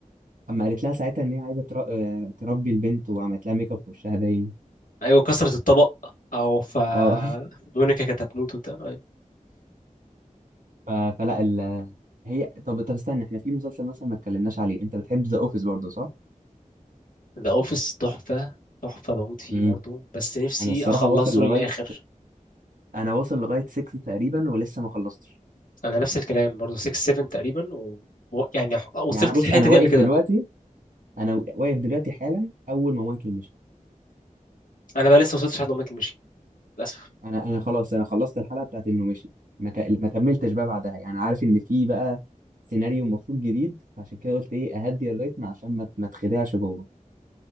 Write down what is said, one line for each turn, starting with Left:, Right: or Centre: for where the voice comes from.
Right: اما قالت لها ساعتها ان هي عايزه تر... آه، تربي البنت وعملت لها ميك اب في وشها باين
Left: ايوه كسرت الطبق او ف <laughs>
Right: اه
Left: مونيكا كانت هتموت وبتاع أيوة.
Right: <laughs> ف... فلا ال... هي طب طب استنى احنا في مسلسل مثلا ما اتكلمناش عليه انت بتحب ذا اوفيس برضه صح؟
Left: ذا اوفيس تحفه تحفه بموت فيه
Right: امم
Left: برضو بس نفسي
Right: انا الصراحه
Left: اخلصه
Right: واصل لغايه
Left: للاخر
Right: انا واصل لغايه 6 تقريبا ولسه ما خلصتش
Left: انا نفس الكلام برضو 6 7 تقريبا و... و- يعني وصلت
Right: يعني انا بص
Left: للحته
Right: انا واقف
Left: دي قبل كده
Right: دلوقتي انا واقف دلوقتي حالا اول ما مايكل مشي
Left: انا بقى لسه ما وصلتش لحد ما مايكل مشي للاسف
Right: انا انا خلاص انا خلصت الحلقه بتاعت انه مشي ما ك... ما كملتش بقى بعدها يعني عارف ان في بقى سيناريو المفروض جديد فعشان كده قلت ايه اهدي الريتم عشان ما ما تخدعش جوه